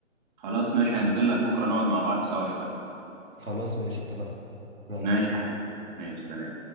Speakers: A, on the right (about 35°); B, on the right (about 85°).
A: خلاص ماشي هنزل لك بكرة نقعد مع بعض سوا شوية
B: خلاص ماشي اتفقنا يلا
A: ماشي
B: سلام
A: يا حبيبي ماشي سلام